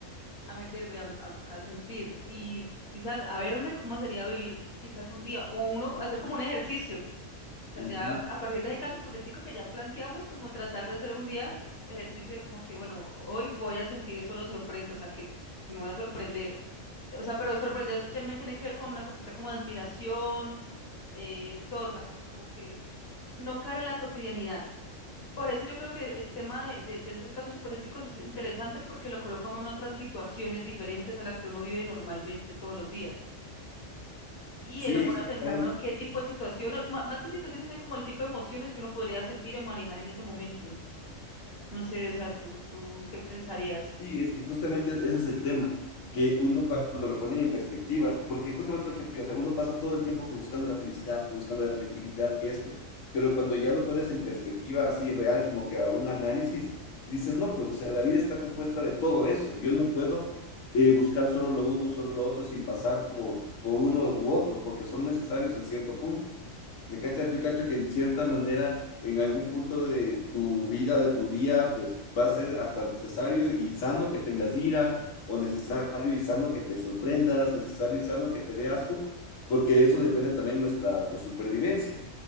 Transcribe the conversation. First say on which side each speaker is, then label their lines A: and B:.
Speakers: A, on the left; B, on the left.
A: a meterme, a, a- a sentir y quizás a verme cómo sería vivir quizás un día o uno hacer como un ejercicio. O sea,
B: Ujú.
A: ya a partir de ese caso hipotético que ya planteamos, como tratar de hacer un día ejercicio de como que, bueno, hoy voy a sentir solo sorpresa, o sea, que me voy a sorprender. O sea, pero sorprender también tiene que ver con una capacidad como de admiración, eh, todo, o sea, como que no caer en la cotidianidad por eso yo creo que el tema de, de, de esos casos hipotéticos es interesante porque lo coloca uno en otras situaciones diferentes a las que uno vive normalmente todos los días. Y
B: Sí,
A: él lo pone
B: exactamente.
A: a pensar uno qué tipo de situación, o ma- más que situaciones, también como el tipo de emociones que uno podría sentir y manejar en ese momento. No sé, o sea, ¿tú, tú qué pensarías?
B: Sí, es que justamente ese es el tema, que uno cuando lo ponen en perspectiva, porque justamente lo que te digo, o sea, uno pasa todo el tiempo que buscando la felicidad, que buscando la tranquilidad, que esto, pero cuando ya lo pones en perspectiva así real, como que a un análisis, dices, no, pues, o sea, la vida está compuesta de todo eso, yo no puedo eh, buscar solo lo uno, solo lo otro, sin pasar por, por uno u otro, porque son necesarios en cierto punto. ¿Me cachas? Yo cacho que en cierta manera, en algún punto de tu vida, de tu día, pues va a ser hasta necesario y sano que tengas ira, o necesario y sano que te sorprendas, necesario y sano que te dé asco, porque de eso depende también nuestra pues, supervivencia.